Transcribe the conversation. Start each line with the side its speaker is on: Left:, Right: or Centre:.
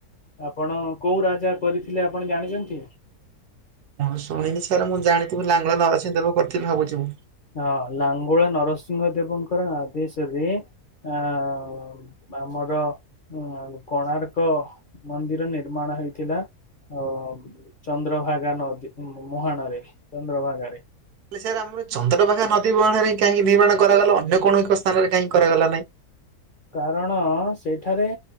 Left: ଆପଣ କୋଉ ରାଜା କରିଥିଲେ ଆପଣ ଜାଣିଚନ୍ତି?
Right: ହଁ ଶୁଣିନି ସାର୍ ମୁଁ ଜାଣିଥିବି ଲାଙ୍ଗୁଳା ନରସିଂହଦେବ କରିଥିଲେ ଭାବୁଚି ମୁଁ।
Left: ହଁ ଲାଙ୍ଗୁଳା ନରସିଂହ ଦେବଙ୍କର ଆଦେଶରେ ଆଉ ଆମର ଉ କୋଣାର୍କ ମନ୍ଦିର ନିର୍ମାଣ ହେଇଥିଲା। ଅ ଚନ୍ଦ୍ରଭାଗା ନଦୀ ମୁହାଣରେ ଚନ୍ଦ୍ରଭାଗ ରେ।
Right: ହେଲେ ସାର୍ ଆମର ଚନ୍ଦ୍ରଭାଗା ନଦୀ ମୁହାଣରେ କାହିଁକି ନିର୍ମାଣ କରାଗଲା ଅନ୍ୟ କୌଣସି ସ୍ଥାନରେ କାହିଁକି କରାଗଲା ନାହିଁ?
Left: କାରଣ ସେଠାରେ